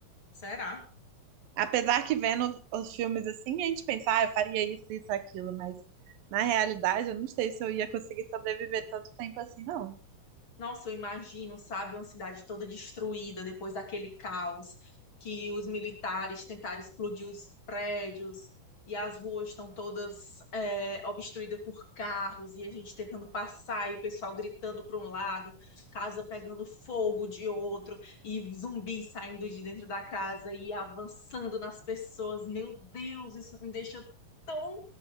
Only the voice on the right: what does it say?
Apesar que vendo os, os filmes assim, a gente pensa, ah, eu faria isso, isso, aquilo, mas na realidade eu não sei se eu ia conseguir sobreviver tanto tempo assim, não.